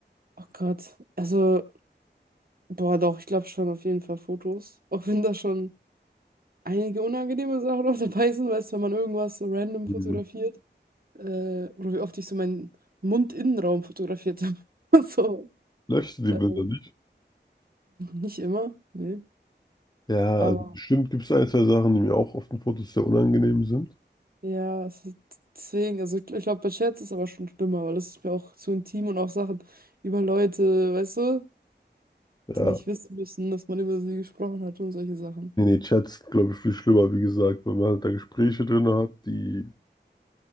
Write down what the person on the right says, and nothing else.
Oh Gott. Also, boah, doch, ich glaube schon auf jeden Fall Fotos. Auch wenn da schon einige unangenehme Sachen auch dabei sind, weißt du, wenn man irgendwas so random
fotografiert. Äh, oder wie oft ich so meinen Mundinnenraum fotografiert habe. <laughs> So.
Äh,
nicht immer, nee.
Aber
ja, es ist, deswegen, also ich glaube, bei Chats ist aber schon schlimmer, weil das ist mir auch zu intim und auch Sachen über Leute, weißt du,
die nicht wissen müssen, dass man über sie gesprochen hat und solche Sachen.